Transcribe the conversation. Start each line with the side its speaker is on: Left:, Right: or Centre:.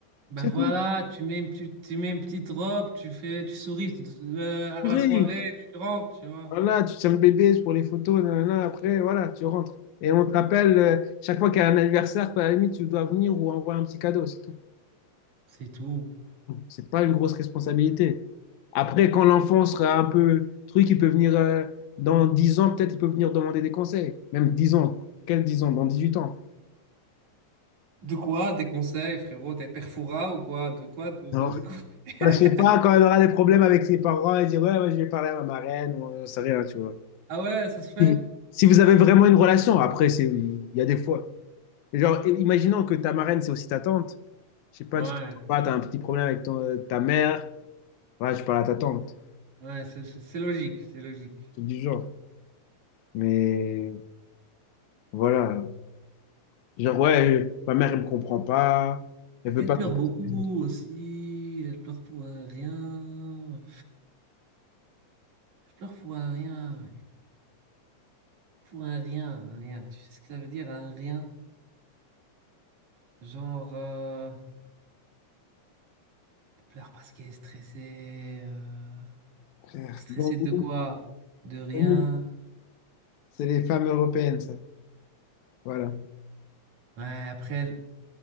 Right: Ben
Left: c'est
Right: voilà,
Left: tout.
Right: tu mets une petite, tu mets une petite robe, tu fais, tu souris euh, à
Left: Oui.
Right: la soirée, tu rentres, tu vois.
Left: Voilà, tu tiens le bébé pour les photos, nanana, après, voilà, tu rentres. Et on te rappelle, euh, chaque fois qu'il y a un anniversaire, à la limite, tu dois venir ou envoyer un petit cadeau, c'est tout.
Right: C'est tout.
Left: C'est pas une grosse responsabilité. Après, quand l'enfant sera un peu truc, il peut venir euh, dans 10 ans, peut-être il peut venir demander des conseils. Même 10 ans. Quel 10 ans? Dans 18 ans.
Right: De quoi? Des conseils, frérot? T'es perfora ou quoi? De quoi? De,
Left: Alors,
Right: de- de quoi <laughs>
Left: je sais pas, quand elle aura des problèmes avec ses parents, elle dit Ouais, ouais, je vais parler à ma marraine, ou on sait rien, tu vois.
Right: Ah ouais, ça se fait?
Left: Et si vous avez vraiment une relation, après, c'est, il y a des fois. Et Genre, et imaginons que ta marraine, c'est aussi ta tante. Je sais pas,
Right: Ouais,
Left: tu as un petit problème avec ton- ta mère. Ouais, je parle à ta tante.
Right: ouais, c'est c'est- c'est logique, c'est logique.
Left: Truc du genre. Mais voilà. Genre, ouais, euh, ma mère, elle me comprend pas. Elle veut
Right: Elle
Left: pas
Right: pleure
Left: que
Right: beaucoup
Left: je...
Right: aussi, elle pleure pour un rien. Elle pleure pour un rien, mec. Pour un rien, un rien. Tu sais ce que ça veut dire, un rien? Genre, euh, elle pleure parce qu'elle est stressée. euh,
Left: Frère,
Right: Stressée
Left: bon,
Right: de
Left: oui,
Right: quoi? De rien.
Left: oui. c'est les femmes européennes, ça. Voilà.
Right: Ouais, après elle,